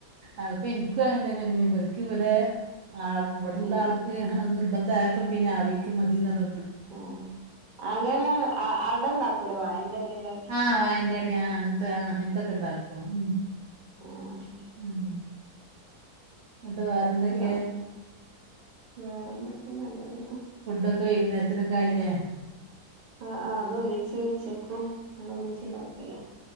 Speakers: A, on the right; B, on the right.
A: അത്പ്പോ ഇൻക്കു അങ്ങന തന്നെ പിന്നെ ഇവര്ക്ക് ഇവരെ ആൾ ഇവിടെള്ള
B: ആഹ്
A: ആൾക്ക് അത് നിർബന്ധ ന്തായപ്പ പിന്നെ ആവിക്ക് മതി ന്നറ
B: ആഹ് അങ്ങനെ അ അടണ്ടാകുലോ വായന്റെലേല്
A: ആഹ് വായന്റെ ടി യാ അങ്ങൻത്തെ ആഹ് അങ്ങൻത്തൊക്കെണ്ടാക്കും ഉം
B: ആഹ്
A: ഉം നട്ട് വേറെന്തൊക്കെ
B: ആഹ് വേറെന്തൊക്കെ നല്ലത്
A: ഫുഡ് ഫുഡോക്കെ വൈകുന്നേരത്തിനൊക്കെ ആയിലേ?
B: ആഹ് ആഹ് ഇന്ന് ഒന്നിച്ച് വെച്ച്ക്കാ ഇങ്ങളെന്താ ഒന്നിച്ച്ണ്ടാകില്ലേ?